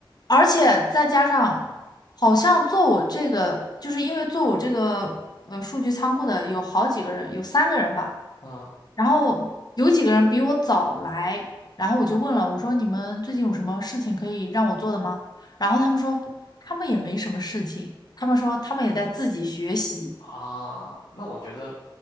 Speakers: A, on the left (about 50°); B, on the left (about 70°).
A: 而且再加上，好像做我这个，就是因为做我这个呃数据仓库的有好几个人，有三个人吧，
B: 嗯
A: 然后有几个人比我早来，然后我就问了，我说你们最近有什么事情可以让我做的吗？然后他们说他们也没什么事情，他们说他们也在自己学习。
B: 啊，那我觉得。